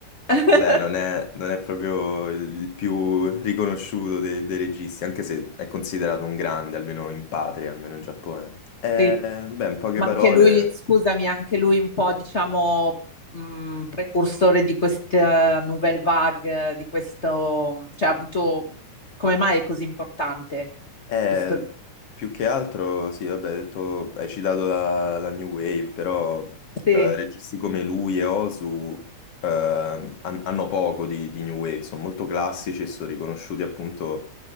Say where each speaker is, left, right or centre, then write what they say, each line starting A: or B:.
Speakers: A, on the left; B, on the left.
A: <laughs>
B: Vabbè, non è, non è proprio il più riconosciuto dei, dei registi, anche se è considerato un grande, almeno in patria, almeno in Giappone. Eh,
A: Sì,
B: beh, in poche
A: ma
B: parole...
A: anche lui, scusami, anche
B: Sì.
A: lui un po', diciamo, mh, precursore di questa nouvelle vague, di questo, cioè ha avuto, come mai è così importante
B: Eh,
A: questo?
B: più che altro, sì, vabbè, hai detto, hai citato la, la New Wave, però
A: Sì,
B: eh, registi come lui e Osu eh, han- hanno poco di, di New Wave, sono molto classici e sono riconosciuti appunto